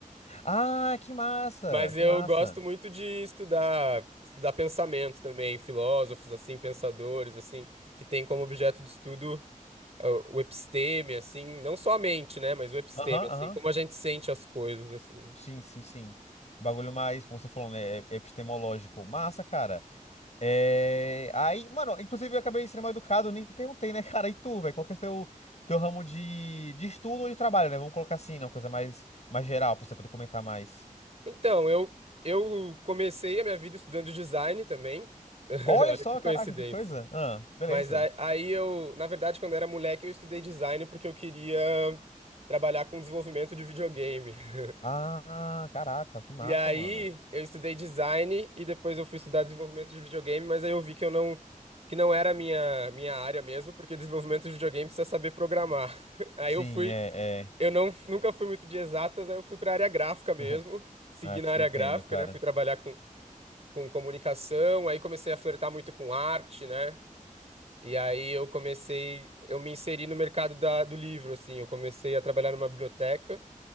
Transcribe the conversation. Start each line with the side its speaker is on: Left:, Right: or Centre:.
Left: Ah, que massa,
Right: Mas
Left: que
Right: eu
Left: massa.
Right: gosto muito de estudar, estudar pensamento também, filósofos assim, pensadores assim, que têm como objeto de estudo uh, o episteme assim, não só a mente, né, mas o episteme
Left: Aham,
Right: assim,
Left: aham.
Right: como a gente sente as coisas assim, né?
Left: Sim, sim, sim. Bagulho mais, como você falou, né? é- é Epistemológico. Massa, cara. É... Aí, mano, inclusive eu acabei sendo mal educado, eu nem perguntei, né, <laughs> cara? E tu, velho? Qual que é o teu, teu ramo de, de estudo ou de trabalho, né? Vamos colocar assim, né? uma coisa mais, mais geral, pra você poder comentar mais.
Right: Então, eu eu comecei a minha vida estudando design também. <laughs>
Left: Olha
Right: Olha
Left: só,
Right: que coincidência.
Left: caraca, que coisa. Ah, beleza.
Right: Mas a- aí eu, na verdade, quando eu era moleque, eu estudei design porque eu queria trabalhar com desenvolvimento de videogame. <laughs>
Left: Ah, caraca, que massa,
Right: E aí
Left: mano.
Right: eu estudei design e depois eu fui estudar desenvolvimento de videogame, mas aí eu vi que eu não que não era a minha minha área mesmo, porque desenvolvimento de videogame precisa saber programar. <laughs> Aí
Left: Sim,
Right: eu fui,
Left: é, é.
Right: eu não nunca fui muito de exatas, aí eu fui para área gráfica mesmo,
Left: <laughs>
Right: segui
Left: Ah, te
Right: na área
Left: entendo,
Right: gráfica,
Left: cara.
Right: né? Fui trabalhar com com comunicação, aí comecei a flertar muito com arte, né? E aí eu comecei, eu me inseri no mercado da, do livro, assim, eu comecei a trabalhar numa biblioteca,